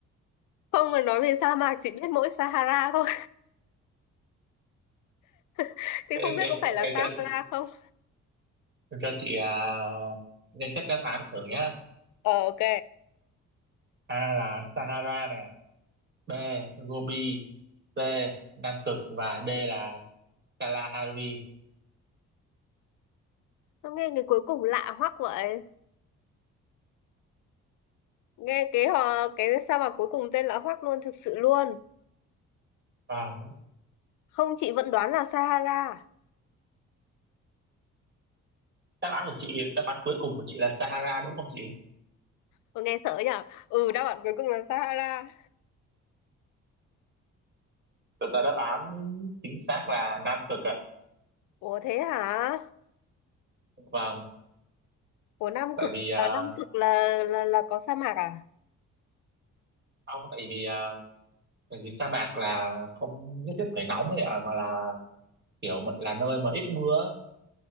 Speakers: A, on the left; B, on the right.
A: Không mà nói về sa mạc chỉ biết mỗi Sahara thôi. <laughs> Thì
B: em,
A: không biết
B: em,
A: có phải là
B: em cho
A: Sahara không?
B: Tôi cho chị à, danh sách đáp án thử nhá.
A: Ờ, ok.
B: A là Sahara này, B Gobi, C Nam Cực và D là Kalahari.
A: Nó nghe cái cuối cùng lạ hoắc vậy. Nghe cái hò- cái sa mạc cuối cùng tên lạ hoắc luôn thực sự luôn.
B: À,
A: Không chị vẫn đoán là Sahara.
B: đáp án của chị, đáp án cuối cùng của chị là Sahara đúng không chị?
A: Ủa, nghe sợ nhở ừ đáp án cuối cùng là Sahara
B: Thực ra đáp án chính xác là Nam Cực ạ.
A: ủa thế hả
B: Vâng,
A: ủa Nam
B: tại
A: Cực
B: vì à,
A: à, Nam Cực là là là có sa mạc à
B: ông tại vì à, tại vì sa mạc là không nhất thiết phải nóng ấy ạ, mà là kiểu mà- là nơi mà ít mưa ấy.